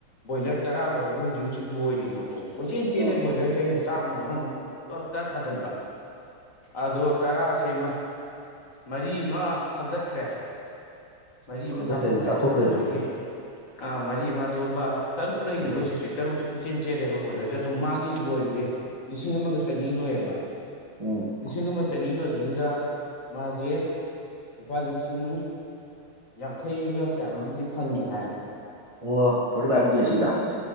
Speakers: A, on the left; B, on the right.
A: ꯕꯣꯏꯂꯔ ꯇꯔꯥ ꯂꯧꯔꯒ ꯍꯨꯖꯤꯛ ꯍꯨꯖꯤꯛ ꯂꯣꯏꯔꯤꯕ ꯑꯣ ꯀꯣꯏꯆꯦꯜ ꯆꯦꯜꯂꯦ
B: ꯑꯣ
A: ꯕꯣꯏꯂꯔꯁꯦ ꯑꯩꯅ ꯆꯥꯛ ꯅꯨꯡ ꯑꯃꯃꯨꯛ ꯄꯛꯇ ꯊꯥꯖꯟꯕ ꯑꯗꯣ ꯇꯔꯥꯁꯤꯝ ꯃꯔꯤꯃ ꯈꯥꯎꯗꯠꯈ꯭ꯔꯦ ꯃꯔꯤꯃ
B: ꯑꯗꯨꯗ
A: ꯆꯥꯊꯣꯛꯈ꯭ꯔꯦ
B: ꯀ꯭ꯔꯦꯗꯤ ꯆꯥꯊꯣꯛꯈ꯭ꯔꯦꯔꯥ
A: ꯑꯗꯨꯗꯒꯤ ꯑꯥ ꯃꯔꯤꯃ ꯑꯗꯨꯝꯕ ꯇꯔꯨꯛ ꯂꯩꯔꯤꯕ
B: ꯑꯣ
A: ꯍꯧꯖꯤꯛꯁꯦ ꯇꯔꯨꯛꯁꯦ ꯀꯣꯏꯆꯦꯜ ꯆꯦꯜꯂꯦꯕ ꯕꯣꯏꯂꯔꯖꯦ ꯑꯗꯣ ꯃꯥꯒꯤ ꯂꯣꯏꯔꯤꯖꯦ ꯂꯤꯁꯤꯡ ꯑꯃꯒ ꯆꯅꯤ ꯂꯣꯏꯑꯕ
B: ꯑꯝ
A: ꯂꯤꯁꯤꯡ ꯑꯃ ꯆꯅꯤ ꯂꯣꯏꯕꯁꯤꯗ ꯃꯥꯖꯦ ꯂꯨꯄꯥ ꯂꯤꯁꯤꯡ ꯌꯥꯡꯈꯩꯒ ꯀꯌꯥꯅꯣꯝꯇꯤ ꯐꯪꯉꯦ ꯍꯥꯏꯑꯕ
B: ꯑꯣ ꯐꯣꯔꯇꯤ ꯐꯥꯏꯚ ꯗꯦꯁ ꯁꯤꯗ